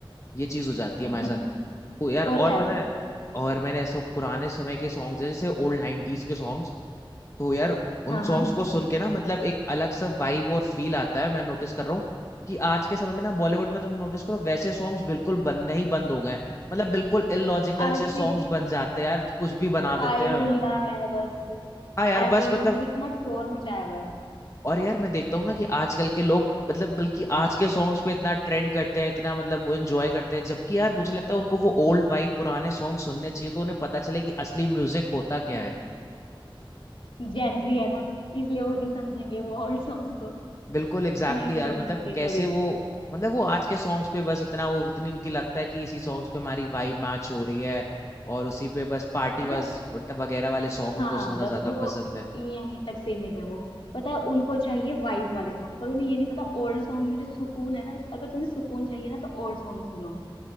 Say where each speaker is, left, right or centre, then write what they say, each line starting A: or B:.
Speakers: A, on the left; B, on the left.
A: ये चीज हो जाती
B: <laughs>
A: है हमारे साथ तो यार और
B: होता है
A: पता
B: होता
A: है
B: है
A: और मैंने ऐसा पुराने समय के सॉन्ग्स है जैसे ओल्ड 90s के सॉन्ग्स तो यार उन
B: हाँ
A: सॉन्ग्स
B: हाँ
A: को सुन के ना मतलब एक अलग सा वाइब और फील आता है मैं नोटिस कर रहा हूँ कि आज के समय में ना बॉलीवुड में तुम नोटिस करो वैसे सॉन्ग्स बिल्कुल बनना ही बंद हो गए हैं मतलब बिल्कुल इलॉजिकल
B: आज
A: से
B: सिर्फ
A: सॉन्ग्स बन जाते हैं यार कुछ भी बना देते
B: हाय
A: हैं
B: हुल्ला है बस ऐसे
A: हाँ यार बस
B: ही
A: मतलब
B: मतलब इतना शोर मचाया हुआ है
A: और यार मैं देखता हूँ ना कि आजकल के लोग मतलब बल्कि आज के सॉन्ग्स पे इतना ट्रेंड करते हैं इतना मतलब वो एंजॉय करते हैं जबकि यार मुझे लगता है उनको वो ओल्ड वाइब पुराने सॉन्ग सुनने चाहिए तो उन्हें पता चले कि असली म्यूजिक होता क्या
B: <laughs>
A: है
B: जेंजी है ना इसलिए वो नहीं समझेंगे वो ओल्ड सॉन्ग्स को
A: बिल्कुल एग्जैक्टली
B: नहीं समझ
A: exactly यार मतलब
B: पाएंगे
A: कैसे
B: कभी भी
A: वो मतलब वो आज के सॉन्ग्स पे बस इतना वो उतनी उनकी लगता है कि इसी सॉन्ग्स पे हमारी वाइब मैच हो रही है और उसी पे बस पार्टी
B: पता
A: बस
B: है
A: वगैरह वाले सॉन्ग उनको
B: हाँ
A: सुनना
B: बस
A: ज्यादा
B: वो
A: पसंद है
B: यहीं तक सीमित है वो पता है उनको चाहिए वाइब वाले सॉन्ग पर उन्हें ये नहीं पता ओल्ड सॉन्ग में जो सुकून है ना इस- अगर तुम्हें सुकून चाहिए ना तो ओल्ड सॉन्ग सुनो